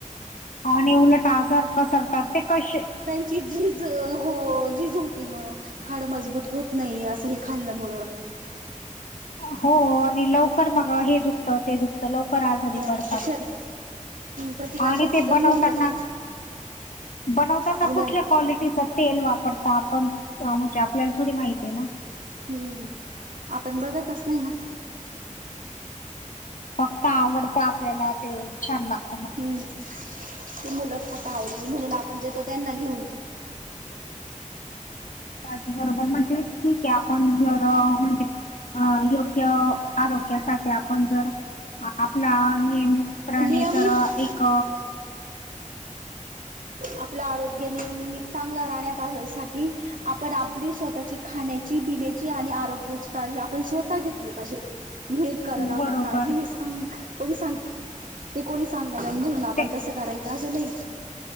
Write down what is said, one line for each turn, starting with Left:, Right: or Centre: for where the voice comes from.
Left: आणि उलट आजार पसरतात ते कसे
Right: ते झीज हो झीज होती मग हाड मजबूत होत नाहीत असं हे खाल्ल्यामुळ
Left: हो आणि लवकर मग हे दुखतं ते दुखत तर लवकर आजारी पडतात
Right: शर प्रतिकार
Left: आणि
Right: शक्ती
Left: ते
Right: कमी
Left: बनवताना
Right: होऊन जाते
Left: बनवताना
Right: मुलांची
Left: कुठल्या क्वालिटीच तेल वापरतात. आपण म्हणजे आपल्याला थोडी माहिती आहे ना
Right: हम्म आपण बघतच नाही ना
Left: फक्त आवडतं आपल्याला ते छान लागत.
Right: हम्म ती मुलं खात आवडीने म्हणून आपण देतो त्यांना घेऊन
Left: त्याचबरोबर म्हणजे ठीक आहे आपण जर म्हणजे अ योग्य आरोग्यासाठी आपण जर आपला नियमित प्रणेसर
Right: नियमित
Left: एक
Right: आपलं आरोग्य नियमित चांगलं राहण्यासाठी आपण आपली स्वतःची खाण्याची पिण्याची आणि आरोग्याची काळजी आपण स्वतः घेतली पाहिजे हे करायल आपण
Left: बरोबर
Right: काळजी हे सांग कोणी सांगे ते कोणी सांगाला आणि म्हणून आपण
Left: ते
Right: तसं कराय का असं नाही